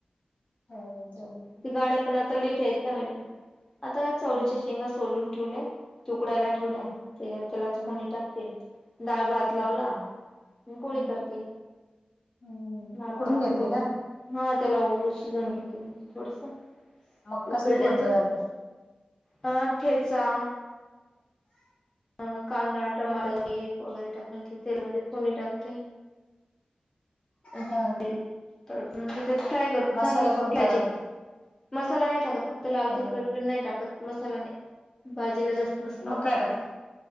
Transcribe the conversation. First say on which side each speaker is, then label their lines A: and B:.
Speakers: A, on the left; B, on the left.
A: चालेल चालेल.
B: त्या गाड्या पण आता लेट आहेत. सगळेच आता चवळीच्या
A: हम्म
B: शेंगा सोलून ठेवल्या. उकडायला ठेवल्या
A: हम्म
B: तर त्यालाच
A: हम्म
B: फोडणी टाकते डाळ भात
A: हम्म
B: लावला. मी पोळी
A: हम्म
B: करते.
A: हम्म
B: डाळ
A: उकडून
B: भात
A: घेते
B: पोळी
A: का
B: नी हा त्याला ओषी सांगितली थोडंसं -
A: मग
B: उकडल्याच
A: कसली फोडणी घालते
B: हा ठेचा. अ कांदा, टमाटर, मीठ वगैरे टाकून ते तेलमध्ये फोडणी टाकते. अ
A: हं
B: त्यात फ्राय करते
A: मसाला
B: झालं सुकलाकि-
A: कोणता घालते
B: मसाला नाही टाकत. फक्त लाल
A: हं
B: तिखट पण नाही टाकत. मसाला नाही भाजीला जास्त मसाला
A: मग
B: वापरत
A: काय टाकते
B: नाही.